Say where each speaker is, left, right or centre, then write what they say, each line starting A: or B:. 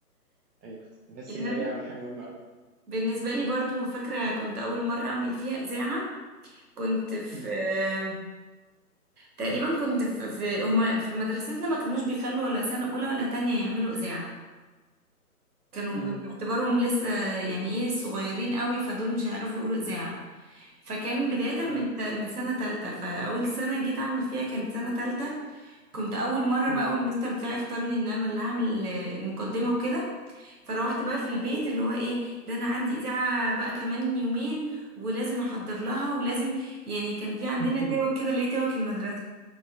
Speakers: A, on the right; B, on the right.
A: ايوه كنت بحس
B: يعني
A: ان
B: أنا
A: انا جاي اعمل حاجه مهمه قوي
B: بالنسبة لي برضو فاكرة كنت أول مرة أعمل فيها إذاعة كنت في
A: امم
B: آه، تقريبا كنت في, في هما في مدرستنا ما كانوش بيخلوا ولا سنة أولى ولا تانية يعملوا إذاعة كانوا
A: امم
B: باعتبارهم لسه يعني ايه صغيرين قوي فدول مش هيعرفوا يقولوا اذاعه فكان بدايه من
A: ايوه
B: ت- من سنه تالتة فاول سنه جيت اعمل فيها كانت سنه تالتة كنت اول مره
A: امم
B: بقى والمستر بتاعي اختارني ان انا اللي هعمل آه، المقدمه وكده فروحت بقى في البيت اللي هو ايه ده انا عندي اذاعه بقى كمان يومين ولازم احضر لها ولازم يعني كان في
A: <laughs>
B: عندنا توك كده اللي هي توك المدرسه